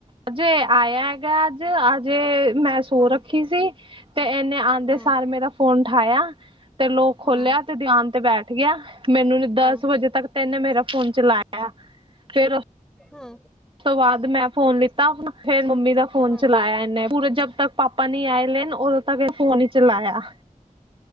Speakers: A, on the right; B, in the centre.
A: ਅਜੇ ਆਇਆ ਹੈਗਾ, ਅੱਜ ਅਜੇ ਮੈਂ ਸੋ
B: ਹਮ
A: ਰੱਖੀ ਸੀ। ਤੇ ਇਹਨੇ ਆਦੇ
B: ਹਮ
A: ਸਾਰ ਮੇਰਾ ਫੋਨ ਉਠਾਇਆ ਤੇ ਲੋਕ
B: ਹਮ
A: ਖੋਲਿਆ ਤੇ ਦਿਵਾਨ ਤੇ ਬੈਠ ਮੈਨੂੰ ਦਸ
B: ਹਮ
A: ਵਜੇ ਤੱਕ ਤ ਇਹਨੇ ਮੇਰਾ ਫੋਨ ਚਲਾਇਆ ਫੇਰ
B: ਹਾ
A: ਉਸ ਤੋਂ ਬਾਅਦ ਮੈਂ ਫੋਨ ਲਿੱਤਾ ਆਪਣਾ। ਫਿਰ ਮੰਮੀ ਦਾ ਫ਼ੋਨ
B: ਹੂੰ
A: ਚਲਾਇਆ ਇਹਨੇ ਪੂਰੇ ਜਬ ਤੱਕ ਪਾਪਾ ਨੀ ਆਏ ਲੈਣ ਉਦੋਂ ਤੱਕ ਇਹ ਫੋਨ ਈ ਚਲਾਇਆ।